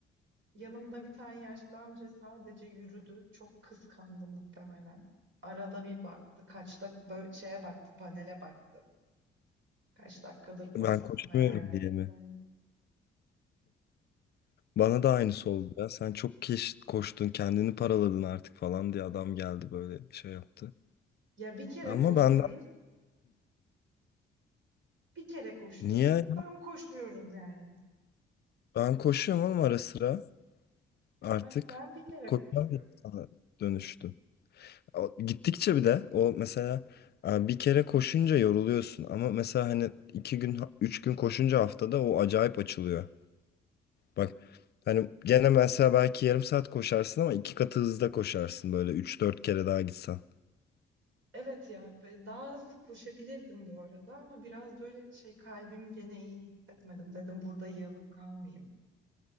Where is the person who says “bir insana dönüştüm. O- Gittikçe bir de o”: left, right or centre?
Left